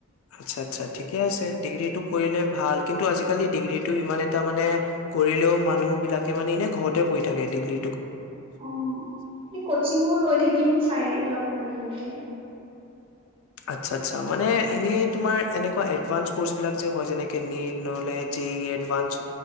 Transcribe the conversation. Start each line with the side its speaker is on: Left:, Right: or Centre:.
Left: আচ্ছা আচ্ছা ঠিকে আছে ডিগ্ৰীটো কৰিলে ভাল, কিন্তু আজিকালি ডিগ্ৰীটো ইমান এটা মানে কৰিলেও মানুহ বিলাকে মানে এনে ঘৰতে বহি থাকে ডিগ্ৰী
Right: অ', নে কচিঙো লৈ থাকিম চাইডত মানে এনেকে।
Left: আচ্ছা আচ্ছা মানে এনেই তোমাৰ এনেকুৱা এডভানস কৰ্চ বিলাক যে হয় যেনেকে নিত নহলে যে ই এডভানস।